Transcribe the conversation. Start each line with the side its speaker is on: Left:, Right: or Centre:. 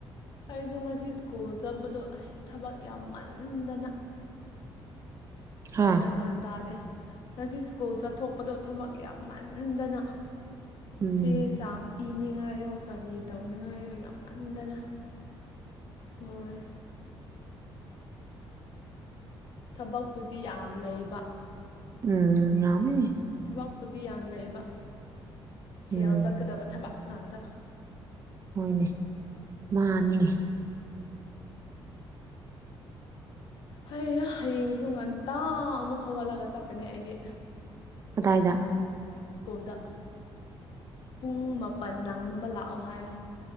Left: ꯑꯩꯁꯨ ꯉꯁꯤ ꯁ꯭ꯀꯨꯜ ꯆꯠꯄꯗꯣ ꯊꯕꯛ ꯌꯥꯝꯃꯟꯗꯅ
Right: ꯍꯥ
Left: ꯌꯥꯃꯥꯟ ꯇꯗꯦ ꯉꯁꯤ ꯁ꯭ꯀꯨꯜ ꯆꯠꯊꯣꯛꯄꯗꯣ ꯊꯕꯛ ꯌꯥꯝꯃꯟꯗꯅ
Right: ꯎꯝ
Left: ꯆꯦ ꯆꯥꯡ ꯄꯤꯅꯤꯡꯉꯥꯏ ꯉꯥꯏꯌꯣ ꯀꯔꯤ ꯇꯧꯅꯤꯡꯉꯥꯏꯣ ꯌꯥꯝꯃꯟꯗꯅ ꯂꯣꯏꯔꯦ ꯊꯕꯛꯄꯨꯗꯤ ꯌꯥꯝ ꯂꯩꯕ
Right: ꯎꯝ ꯉꯃꯦ
Left: ꯊꯕꯛꯄꯨꯗꯤ ꯌꯥꯝ ꯂꯩꯕ ꯁꯦꯜ
Right: ꯎꯝ
Left: ꯆꯠꯀꯗꯕ ꯊꯕꯛ ꯉꯅꯥꯥꯛꯇ
Right: ꯍꯣꯏꯅꯦ ꯃꯥꯅꯤꯅꯦ
Left: ꯍꯌꯦ ꯍꯌꯦꯡꯁꯨ ꯉꯟꯇꯥ ꯑꯃꯨꯛ ꯍꯧꯒꯠꯂꯒ ꯆꯠꯀꯅꯤ ꯑꯩꯗꯤ
Right: ꯀꯗꯥꯏꯗ
Left: ꯁ꯭ꯀꯨꯜꯗ ꯄꯨꯡ ꯃꯥꯄꯜ ꯅꯪꯅꯕ ꯂꯥꯛꯑꯣ ꯍꯥꯏ